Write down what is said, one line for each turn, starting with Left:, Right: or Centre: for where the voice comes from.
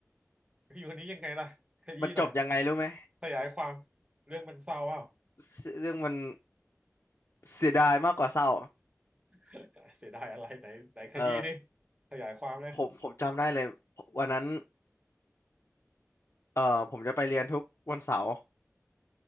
Right: ผู้หญิงคนนี้ยังไงล่ะขยี้หน่อย
Left: มันจบยังไงรู้ไหม
Right: ขยายความเรื่องมันเศร้าเปล่า
Left: เสเรื่องมันเสียดายมากกว่าเศร้า
Right: <laughs> เสียดายอะไรไหนไหนขยี้ดิ
Left: เออ
Right: ขยายความเนี่ย
Left: ผมผมจำได้เลยวันนั้นเออผมจะไปเรียนทุกวันเสาร์